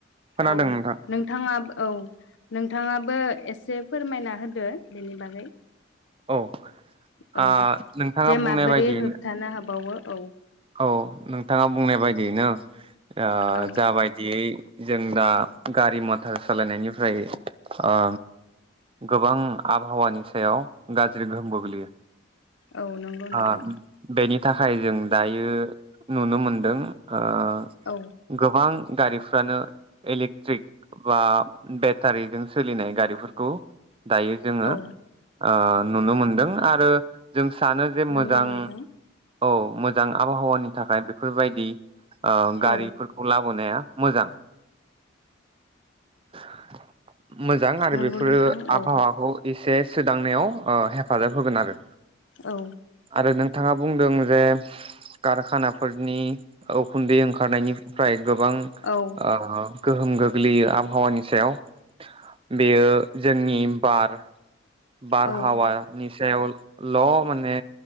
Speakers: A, on the right; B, on the left.
A: खोनादों
B: औ
A: नोंथां
B: नोंथाङा औ नोंथाङाबो एसे फोरमायना होदो बेनि बागै
A: औ
B: औ
A: आ नोंथाङा
B: जे
A: बुंनाय
B: माबोरै
A: बायदियैनो
B: होबथानो हाबावो औ
A: औ नोंथाङा बुंनाय बायदियैनो ओ
B: औ
A: जाबायदियै जों दा गारि मटर सालायनायनिफ्राय ओ गोबां आबहावानि सायाव गाज्रि गोहोम गोग्लैयो।
B: औ नंगौ नोंथां
A: ओ बेनि थाखाय जों दायो नुनो मोनदों ओ
B: औ
A: गोबां गारिफ्रानो इलेक्ट्रिक बा बेटारिजों सोलिनाय गारिफोरखौ दायो जोङो
B: औ
A: ओ नुनो मोनदों आरो जों सानो जे
B: नंगौ
A: मोजां
B: नोंथां
A: औ मोजां मोजां आबहावानि थाखाय बेफोरबायदि ओ गारिफोरखौ
B: औ
A: लाबोनाया मोजां <unintelligible> मोजां आरो
B: नंगौ
A: बेफोरो
B: नोंथां औ
A: आबहावाखौ एसे सोदांनायाव ओ हेफाजाब होगोन आरो
B: औ
A: आरो नोंथाङा बुंदों जे कारखानाफोरनि उखुन्दै ओंखारनायनिफ्राय गोबां ओ
B: औ
A: गो गोग्लैयो आबहावानि सायाव बेयो जोंनि बार बार
B: औ
A: हावा निसायाव ल माने